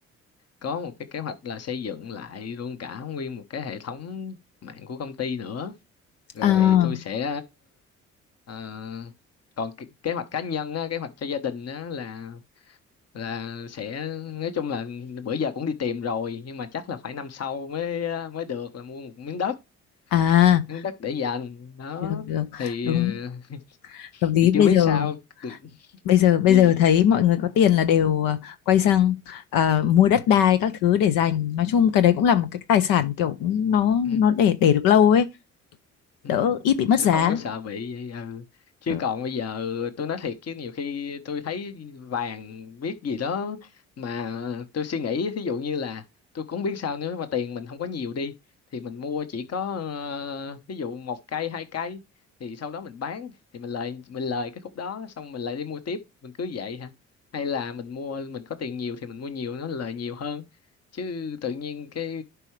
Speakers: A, on the left; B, on the left.
A: có một cái kế hoạch là xây dựng lại luôn cả nguyên một cái hệ thống mạng của công ty nữa rồi
B: à
A: tôi sẽ ờ, còn kế kế hoạch cá nhân á, kế hoạch cho gia đình á là là sẽ nói chung là bữa giờ cũng đi tìm rồi nhưng mà chắc là phải năm sau mới mới được là mua một miếng đất
B: à
A: miếng đất để dành đó
B: được được
A: thì,
B: đúng
A: ờ,
B: hợp lý
A: thì chưa
B: bây
A: biết
B: giờ
A: sao được.
B: bây giờ bây
A: <laughs>
B: giờ thấy mọi người có tiền là đều ờ, quay sang ờ, mua đất đai các thứ để dành nói chung cái đấy cũng là một cái tài sản kiểu nó
A: Ừ.
B: nó để để được lâu ấy
A: Ừ.
B: đỡ ít bị mất
A: Nó
B: giá
A: không có sợ bị vậy ừ. Chứ
B: Ừ.
A: còn bây giờ tôi nói thiệt chứ nhiều khi tôi thấy vàng biết gì đó mà tôi suy nghĩ ví dụ như là tôi cũng biết sao nếu mà tiền mình không có nhiều đi thì mình mua chỉ có ờ, ví dụ một cây hai cây thì sau đó mình bán thì mình lời mình lời cái khúc đó xong mình lại đi mua tiếp mình cứ vậy hả hay là mình mua mình có tiền nhiều thì mình mua nhiều nó lời nhiều hơn chứ tự nhiên cái